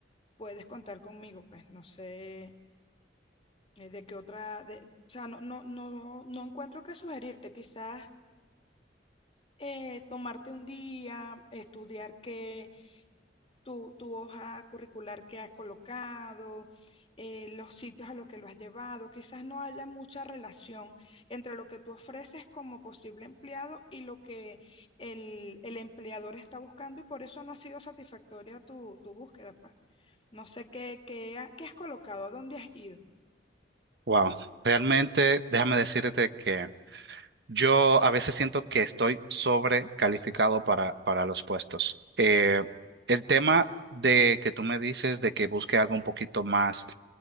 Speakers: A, on the left (about 30°); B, on the right (about 65°).
A: puedes contar conmigo, pues no sé eh, De que otra, de, o sea, no, no, no, no encuentro qué sugerirte. Quizás eh, tomarte un día, estudiar qué, tu, tu hoja curricular que has colocado, eh, los sitios a los que lo has llevado. Quizás no haya mucha relación entre lo que tú ofreces como posible empleado y lo que el, el empleador está buscando y por eso no ha sido satisfactoria tu, tu búsqueda, pues. No sé qué, qué, ha- qué has colocado, dónde has ido.
B: Wow, realmente déjame decirte que yo a veces siento que estoy sobrecalificado para, para los puestos. Eh, el tema de que tú me dices de que busque algo un poquito más,